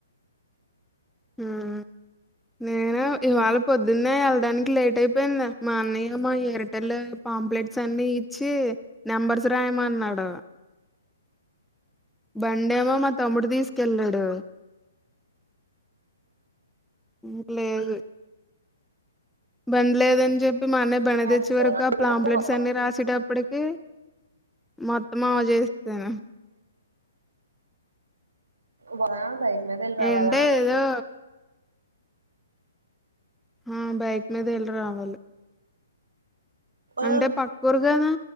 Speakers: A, in the centre; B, on the right.
A: ఉమ్ నేను ఇవాళ పొద్దున్నే వెళ్ళడానికి లేట్ అయిపోయింది మా అన్నయ్య మా ఎయిర్టెల్ పాంప్లెట్స్ అన్ని ఇచ్చి నెంబర్స్ రాయమన్నాడు బండేమో మా తమ్ముడు తీసుకెళ్ళాడు ఉమ్ లేదు బండి లేదని చెప్పి మా అన్నయ బండి
B: ఉంది
A: తెచ్చేవరకు ఆ ప్లాంప్లెట్స్ అన్ని రాసేటప్పటికి మొత్తం అవ చేస్తాను
B: వా బై వదిల్ రావాలా
A: ఏంటే ఏదో ఆ బైక్ మీద వెళ్ళ రావాలి అంటే
B: ఆ
A: పక్కూరు కదా